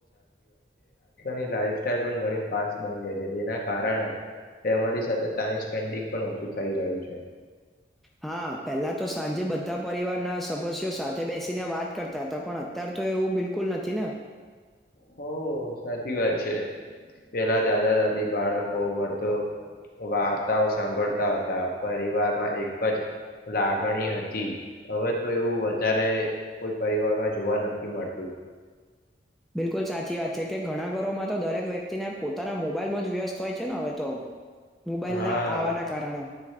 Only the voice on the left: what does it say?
ની સાઈલણી ફાસ્ટ બની ગઈ છે તેના કારણે તે અમારી સાથે ટાઈમ સ્પેન્ડિંગ પણ ઓછું થઈ રહ્યું છે.
હ સાચી વાત છે. પેલા દાદા દાદી બાળકો વર્તો વાર્તાઓ સાંભળતા હતા પરિવારમાં એક જ લાગણી હતી હવે તો એવું વધારે કોઈ પરિવારમાં જોવા નથી મળતું.
હા